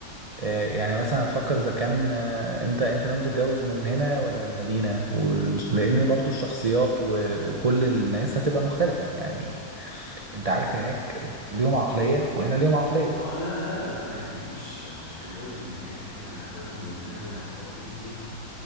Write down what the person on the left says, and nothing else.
اه لا لا لا انا اكيد مش مش هتجوز من هناك يعني انا هتجوز من المدينه اللي انا اتربيت فيها